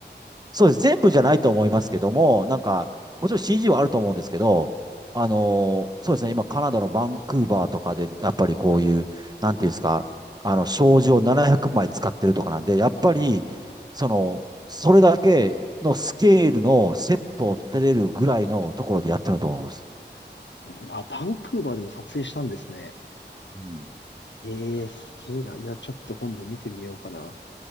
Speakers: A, on the right; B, on the left.
A: そうです。全部じゃないと思いますけども、なんか、もちろん CG はあると思うんですけど、あの、そうですね、今、カナダのバンクーバーとかで、やっぱりこういう、なんていうんですか、あの、障子を700枚使ってるとかなんで、やっぱり、その、それだけのスケールのセットを立てれるぐらいのところでやってると思います。
B: うんあ、バンクーバーでも撮影したんですね。
A: うん
B: ええすげえな。いや、ちょっと今度見てみようかな。